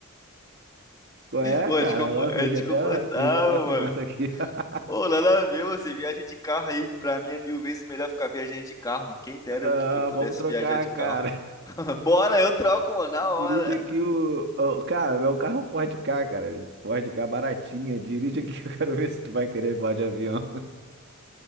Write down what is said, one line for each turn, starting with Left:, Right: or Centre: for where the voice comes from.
Right: Qual é,
Left: Ô,
Right: cara?
Left: é desconfo-
Right: Agora eu
Left: é
Right: perdi
Left: desconfortável,
Right: até, a- perdi até a conversa
Left: mano.
Right: aqui. <laughs>
Left: Ô, nada a ver, você viaja de carro aí, pra mim é mil vezes melhor ficar viajando de carro, mano. Quem dera
Right: Ah,
Left: eu, eu pudesse
Right: vamos trocar,
Left: viajar de carro.
Right: cara.
Left: <laughs> Bora, eu troco, mano, na
Right: Dirige
Left: hora.
Right: aqui o, o- Cara, meu carro é um Ford Ka, cara. Ford Ka baratinha. Dirige aqui que eu quero ver se tu vai querer voar de avião.